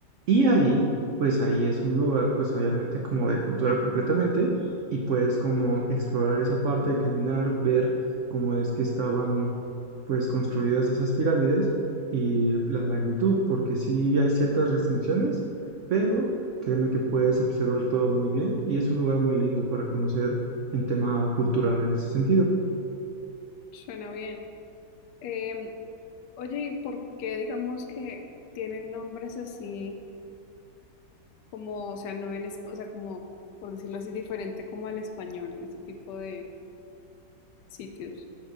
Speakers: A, on the right; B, on the left.
A: Y ahí, pues ahí es un lugar, pues obviamente como de cultura completamente, y puedes como explorar esa parte de caminar, ver cómo es que estaban pues construidas esas pirámides y la magnitud, porque sí hay ciertas restricciones, pero créeme que puedes observar todo muy bien y es un lugar muy lindo para conocer en tema cultural en ese sentido.
B: Suena bien. Em, oye, ¿y por qué digamos que tienen nombres así como, o sea, no en, es- o sea, como, por decirlo así, diferente como al español, este tipo de sitios?